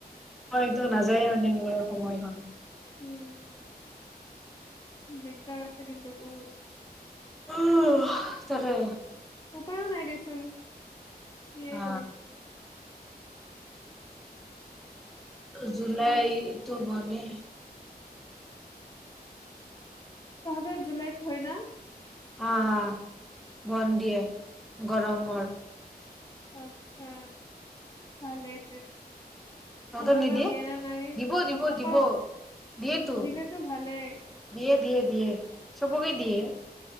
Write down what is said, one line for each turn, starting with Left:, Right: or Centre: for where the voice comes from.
Centre: সময়তটো নাযায় মানে মোৰ সময়খন।
Left: উম দিগদাৰ আছে কিন্তু বহুত।
Centre: উ তাকে।
Left: উপায়ও নাই দেচোন। কিহে
Centre: অ
Left: কৰিবি।
Centre: জুুলাই ত বনে
Left: তহঁত জুলাইত হয় না?
Centre: হা হা বন্ধ দিয়ে। গৰমৰ
Left: আতছা ভালেই
Centre: তহঁতৰ
Left: আমাৰ
Centre: নিদিয়ে
Left: বা দিয়ে ন নাই
Centre: দিব দিব
Left: গম নাপাও
Centre: দিব দিয়েতো
Left: দিলেতো ভালেই
Centre: দিয়ে দিয়ে দিয়ে চবকে দিয়ে